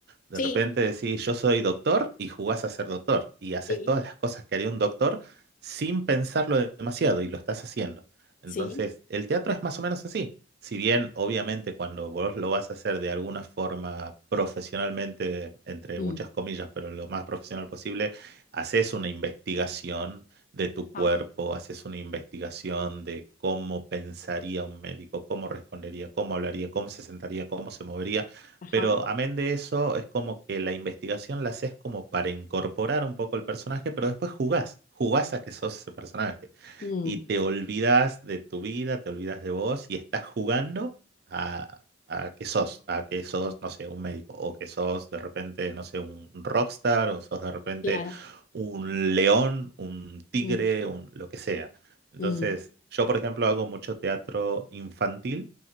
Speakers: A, on the right; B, on the left.
A: De
B: sí,
A: repente decís, yo soy doctor y jugás a ser doctor y haces
B: sí,
A: todas las cosas que haría un doctor sin pensarlo demasiado y lo estás haciendo. Entonces,
B: sí,
A: el teatro es más o menos así. Si bien, obviamente, cuando vos lo vas a hacer de alguna forma profesionalmente, entre
B: mm,
A: muchas comillas, pero lo más profesional posible, haces una investigación de tu cuerpo,
B: ajá,
A: haces una investigación de cómo pensaría un médico, cómo respondería, cómo hablaría, cómo se sentaría, cómo se movería
B: ajá,
A: pero amén de eso, es como que la investigación la haces como para incorporar un poco el personaje, pero después jugás, jugás a que sos ese personaje.
B: mm,
A: Y te olvidas de tu vida, te olvidas de vos y estás jugando a, a que sos, a que sos,
B: mm,
A: no sé, un médico, o que sos de repente, no sé, un rockstar, o sos de repente
B: claro,
A: un león, un tigre,
B: mm,
A: un, lo que sea. Entonces,
B: mm.
A: yo, por ejemplo, hago mucho teatro infantil,